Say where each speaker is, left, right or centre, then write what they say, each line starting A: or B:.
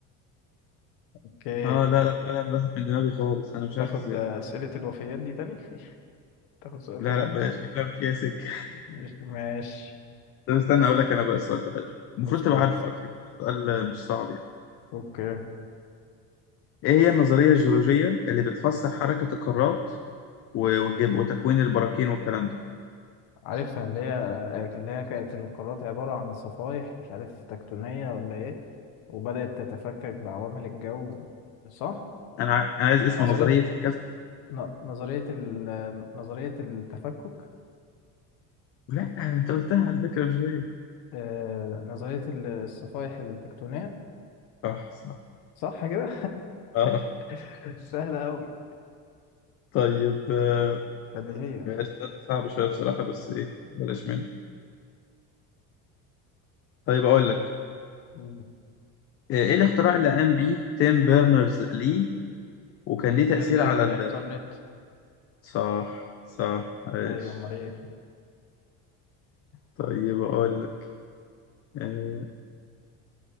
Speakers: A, on the left (about 75°); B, on the left (about 40°).
A: اوكي
B: اه لا لا فعلا راحت من دماغي خالص انا مش
A: تاخد
B: عارف ازاي
A: آه، أسئلة الوفيات دي تاني <laughs> تاخد سؤال
B: لا
A: كمان
B: لا بلاش شكلها مش جاي سكة
A: مش ماشي
B: <laughs> طب استنى اقول لك انا بقى السؤال ده حلو المفروض
A: اوكي
B: تبقى عارفه على فكرة سؤال مش صعب يعني
A: اوكي
B: ايه هي النظرية الجيولوجية اللي بتفسر حركة القارات و- والجب وتكوين البراكين والكلام ده
A: عارفها اللي هي اللي هي كانت القارات عبارة عن صفائح مش عارف تكتونية ولا ايه وبدأت تتفكك بعوامل الجو صح؟
B: انا ع- أنا عايز اسم
A: نظرية
B: نظرية الكذا
A: ن- نظرية ال... نظرية التفكك
B: لا انت قلتها على فكرة من شوية
A: آه، نظرية ال- الصفائح التكتونية
B: صح صح
A: صح كده؟
B: اه
A: <laughs> سهلة أوي
B: طيب آه،
A: بديهية
B: السؤال ده صعب شوية بصراحة بس ايه بلاش منه طيب اقول لك
A: مم.
B: ايه إيه الاختراع اللي قام بيه تيم بيرنرز لي وكان ليه تأثير
A: ال... الإنترنت
B: على ال... صح صح عايش
A: أيوة أمال إيه
B: طيب اقول لك آه